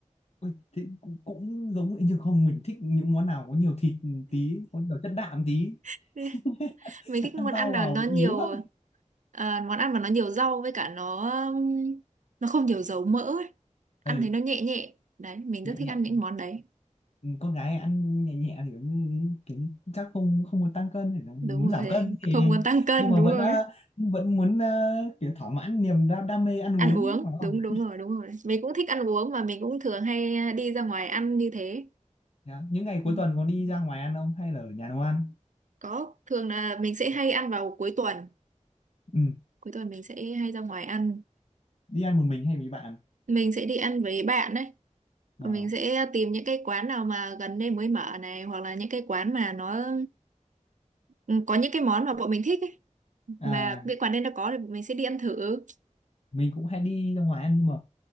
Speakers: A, on the left (about 55°); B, on the right (about 75°).
A: ôi, thế cũng, cũng giống vậy chứ không mình thích những món nào có nhiều thịt tí, có nhiều chất đạm tí,
B: <laughs>
A: <laughs>
B: mình thích món
A: ăn rau
B: ăn
A: vào
B: nào nó
A: bị
B: nhiều
A: yếu lắm.
B: à, món ăn mà nó nhiều rau với cả nó um, nó không nhiều dầu mỡ ấy. ăn
A: Ừ,
B: thấy nó nhẹ nhẹ đấy mình
A: nhẹ
B: rất thích
A: nhẹ.
B: ăn những món đấy
A: con gái ăn nhẹ nhẹ thì cũng kiểu chắc không không muốn tăng cân thì là muốn
B: đúng rồi
A: giảm cân thì
B: không muốn tăng
A: <laughs>
B: cân
A: nhưng mà
B: đúng
A: vẫn
B: rồi
A: à, vẫn muốn à, kiểu thỏa mãn niềm đam, đam mê ăn
B: ăn
A: uống
B: uống
A: phải không?
B: đúng đúng rồi đúng rồi mình cũng thích ăn uống và mình cũng thường hay đi ra ngoài ăn như thế
A: Đó. Những ngày
B: Ừ.
A: cuối tuần có đi ra ngoài ăn không hay là ở nhà nấu ăn?
B: có thường là mình sẽ hay ăn vào cuối tuần
A: Ừ,
B: cuối tuần mình sẽ hay ra ngoài ăn
A: đi ăn một mình hay với bạn?
B: mình sẽ đi ăn với bạn đấy
A: Ờ.
B: Và mình sẽ tìm những cái quán nào mà gần đây mới mở này hoặc là những cái quán mà nó ừ, có những cái món mà bọn mình thích ấy
A: À,
B: mà cái quán đấy nó có thì bọn mình sẽ đi ăn thử
A: mình cũng hay đi ra ngoài ăn nhưng mà